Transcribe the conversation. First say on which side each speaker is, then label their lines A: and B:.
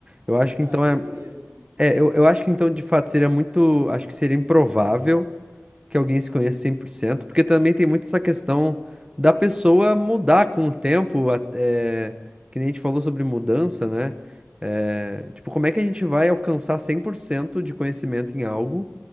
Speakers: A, on the right (about 20°); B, on the right (about 90°).
A: Eu acho que
B: Ah,
A: então
B: o que
A: é,
B: seria assim?
A: é eu, eu acho que então de fato seria muito, acho que seria improvável que alguém se conheça 100%, porque também tem muito essa questão da pessoa mudar com o tempo, a- é, que nem a gente falou sobre mudança, né? É, tipo, como é que a gente vai alcançar 100% de conhecimento em algo